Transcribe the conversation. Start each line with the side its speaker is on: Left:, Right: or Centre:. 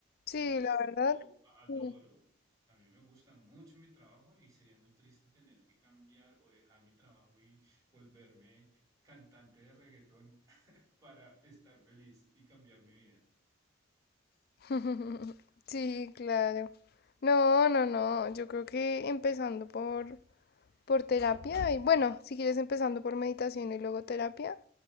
Left: Sí,
Right: Y pues
Left: la verdad.
Right: yo adoro,
Left: sí.
Right: a mí me gusta mucho mi trabajo y sería muy triste tener que cambiar o dejar mi trabajo y volverme cantante de reggaetón para estar feliz y cambiar mi vida.
Left: <laughs> Sí, claro. No, no, no. Yo creo que empezando por, por terapia y bueno, si quieres empezando por meditación y luego terapia,